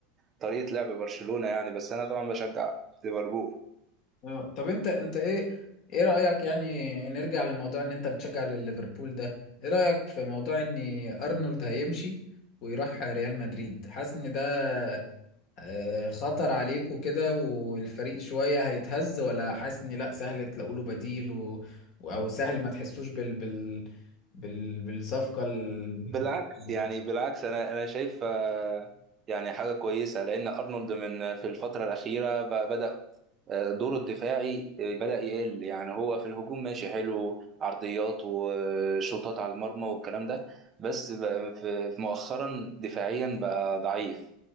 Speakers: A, on the right; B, on the left.
A: بطريقه لعب برشلونه يعني بس انا طبعا بشجع ليفربول
B: اه طب انت انت ايه ايه رايك يعني نرجع لموضوع ان انت بتشجع ليفربول ده ايه رايك في موضوع ان ارنولد هيمشي ويروح ريال مدريد حاسس ان ده آه، خطر عليكوا كده والفريق شوية هيتهز ولا حاسس ان لا سهل تلاقوا له بديل و... و- او سهل ما تحسوش بال... بال... بال... بالصفقة ال...
A: بالعكس
B: دي؟
A: يعني بالعكس انا انا شايف آه، يعني حاجه كويسه لان ارنولد من في الفتره الاخيره ب- بدا آه، دوره الدفاعي آه، بدا يقل يعني هو في الهجوم ماشي حلو عرضيات وشوطات على المرمى والكلام ده بس ب- في في مؤخرا دفاعيا بقى ضعيف